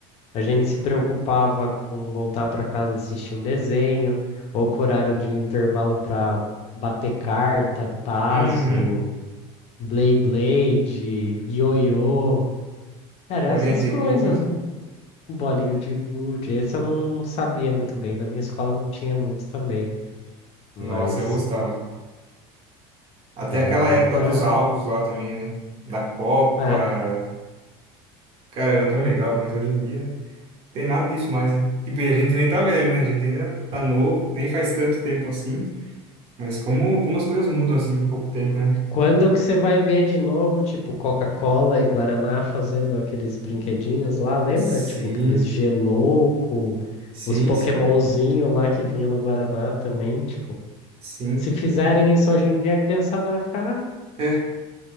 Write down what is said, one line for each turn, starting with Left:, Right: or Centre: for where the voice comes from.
Left: a gente se preocupava com voltar para casa assistir um desenho, ou com horário de intervalo para bater carta, tazo,
Right: Uhum.
Left: blade ioiô, era
Right: Bolinha
Left: essas
Right: de
Left: coisas,
Right: gude.
Left: né? Bolinha de gude, esse eu não, não sabia muito bem, na minha escola não tinha muito também, mas
Right: Nossa, eu gostava. Até
Left: era
Right: aquela
Left: outra,
Right: época dos álbuns lá também, né? Da Copa.
Left: é,
Right: Cara, era tão legal, mas hoje em dia tem nada disso mais, né? Tipo, e a gente nem tá velho, né? A gente ainda tá novo, nem faz tanto tempo assim. Mas como, como as coisas mudam assim em pouco tempo, né?
Left: Quando que você vai ver de novo, tipo, Coca-Cola e Guaraná fazendo aqueles brinquedinhos lá, lembra?
Right: Sim,
Left: Tipo, aqueles gelouco,
Right: sim,
Left: os Pokémonzinho
Right: sim,
Left: lá que vinha no Guaraná também, tipo.
Right: sim.
Left: Se fizerem isso hoje em dia, a criançada vai ficar.
Right: É,